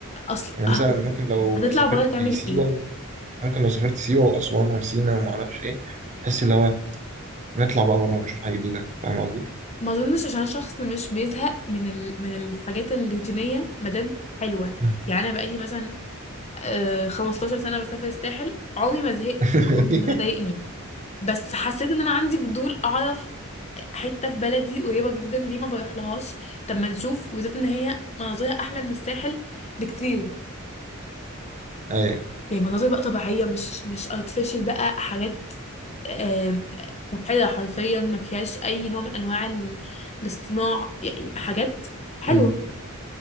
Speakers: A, on the left; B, on the right.
A: اصل
B: يعني مثلا ممكن لو
A: هتطلع
B: سافرت
A: بره تعمل
B: سيوة
A: ايه
B: ممكن لو سافرت سيوة وأسوان وسينا وما أعرفش إيه تحس اللي هو نطلع بقى بره نشوف حاجة جديدة فاهم قصدي؟
A: ما اظنش عشان شخص مش بيزهق من ال... من الحاجات الروتينيه ما دام حلوه
B: مم.
A: يعني انا بقالي مثلا آه 15 سنه بسافر الساحل عمري ما زهقت
B: <laughs>
A: يعني عمري ما ده ضايقني بس حسيت ان انا عندي فضول اعرف حته في بلدي قريبه جدا ليه ما بروح لهاش طب ما نشوف وزيت ان هي مناظرها احلى من الساحل بكتير
B: أيوه
A: يعني مناظر بقى طبيعية مش مش artificial بقى حاجات آم، صحية حرفيا ما فيهاش أي نوع من أنواع ال- الاصطناع يعني حاجات حلوة
B: أمم.